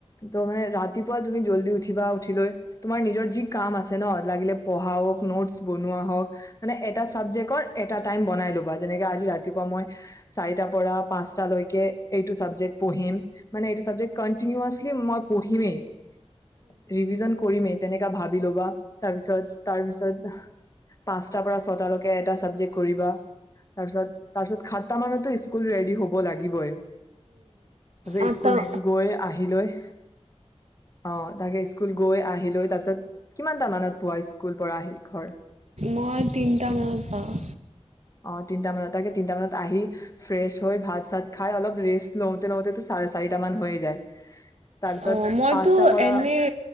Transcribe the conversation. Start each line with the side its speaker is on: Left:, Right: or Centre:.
Left: ত মানে ৰাতিপুৱা তুমি জল্দি উঠিবা উঠি লৈ তোমাৰ নিজৰ যি কাম আছে ন? লাগিলে পঢ়া হওক, নোটছ বনুৱা হওক। মানে এটা চাবজেক্টত এটা টাইম বনাই লবা, যেনেকে আজি ৰাতিপুৱা মই চাৰিটা পৰা পাঁচটালৈ এইটো চাবজেক্ট পঢ়িম। মানে এইটো চাবজেক্ট কণ্টিনিয়াছলী মই পঢ়িম ৰিভিৰ্জন কৰিমে, তেনেকা ভাবি ল'বা, তাৰ পিছত, তাৰপিছত পাঁচটা পৰা ছয় টালৈকে এটা চাবজেক্ট কৰিবা তাৰ পিছত তাৰপিছত সাতটা মানতো স্কুল ৰেডি হ'ব লাগিবই, তাৰিছত
Right: আঠটা
Left: স্কুল গৈ আহি লৈ অঁ, তাকে। স্কুল গৈ আহি লৈ তাৰপিছত কিমানটা মানত পোৱা স্কুল পৰা আহি ঘৰ?
Right: মই তিনিটামানত পাওঁ
Left: অ। তিনটা মানত তাকে তিনটা মানাত আহি ফ্ৰেছ হৈ ভাত চাত খাই অলপ ৰেষ্ট লওঁতে লওঁতেতো চাৰে চাৰিটা মান হৈ যায়। তাৰ পিছত
Right: অ' মইতো
Left: পাঁচটাৰ পৰা
Right: এনেই